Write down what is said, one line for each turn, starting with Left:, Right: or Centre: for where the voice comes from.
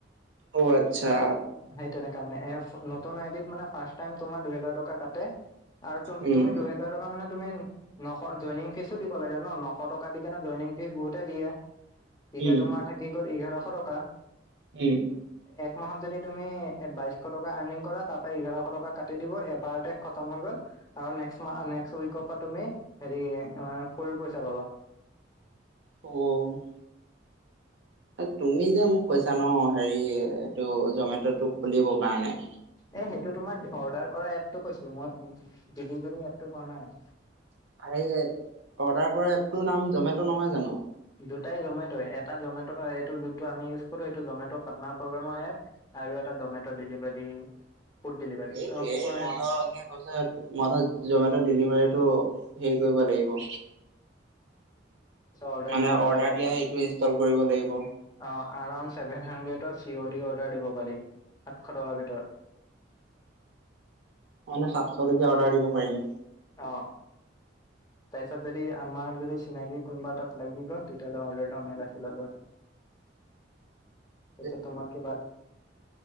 Right: অ', আচ্ছা।
Left: সেই তেনেকা মানে <unintelligible> নতুন আইডিৰ ফাৰ্ষ্ট টাইম তোমাৰ দুই হাজাৰ টকা কাটে। তাৰতো
Right: উম
Left: তুমি দুহেজাৰ টকা মানে তুমি নশ জইনিং ফিজো দিব লাগে ন' নশ টকা দি কিনে জইনিং ফীজ বহুতেই দিয়ে। এতিয়া
Right: উম
Left: তোমাৰ থাকি গ'ল এঘাৰশ টকা।
Right: উম,
Left: এক মাহত যদি তুমি এ বাইশ টকা আৰ্নিং কৰা তাৰ পৰা এঘাৰশ টকা কাটি দিব এবাৰতে। খতম হৈ গল, আৰু নেক্সট মাহ নেক্সট উইকৰ পৰা তুমি হেৰি ফুল পইচা পাবা।
Right: অ', এ তুমি যে মোক কৈছা ন' হেৰি, এইটো জমেট'টো খুলিবৰ কাৰণে।
Left: এ সেইটো তোমাৰ অৰ্ডাৰ কৰা এপটো কৈছিলোঁ, মই ডেলিভাৰী এপটো কোৱা নাই।
Right: আৰে, অৰ্ডাৰ কৰা এপটোৰ নাম জমেট' নহয় জানো।
Left: দুটাই জমেট' এটা জমেট' এইটো যোনটো আমি ইউজ কৰো এইটো জমেট' পাৰ্টনাৰ প্ৰগ্ৰেমৰ এপ। আৰু এটা জমেট' ডেলিভাৰী। ফুড ডেলিভাৰী
Right: সেইটোয়েই
Left: অ তাৰপিছত
Right: মই ধৰ এনে কৈছ মই ধৰ জমেট' ডেলিভাৰীটো হেৰি কৰিব লাগিব।
Left: অৰ্ডাৰ
Right: মানে
Left: দিব লাগিব
Right: অৰ্ডাৰ
Left: তাৰপৰা
Right: দিয়া সেইটো ইনষ্টল কৰিব লাগিব।
Left: অ', এৰাউণ্ড ছেভেন হাড্ৰেডৰ চি অ' ডি অৰ্ডাৰ দিব পাৰি, সাতশ টকাৰ ভিতৰত।
Right: মানে সাতশ টকীয়া অৰ্ডাৰ দিব পাৰিম।
Left: অ তাৰপিছত যদি আমাৰ যদি চিনাকি কোনবা এটাত লাগি গ'ল তেতিয়া হলে অৰ্ডাৰটো আমি ৰাখি ল'লো হেতেন।
Right: উ
Left: তাৰপিছত তোমাৰ কিবা